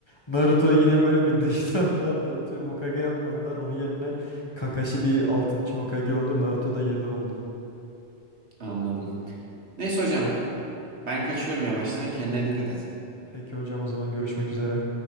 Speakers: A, on the left; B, on the right.
A: Naruto'yu yine böyle bir dışladılar. <laughs> Naruto'yu Hokage yapmadılar. Onun yerine Kakashi bir 6. Hokage oldu. Naruto da 7 oldu.
B: Anladım. Neyse hocam ben kaçıyorum yavaştan kendine dikkat et.
A: Peki hocam o zaman görüşmek üzere.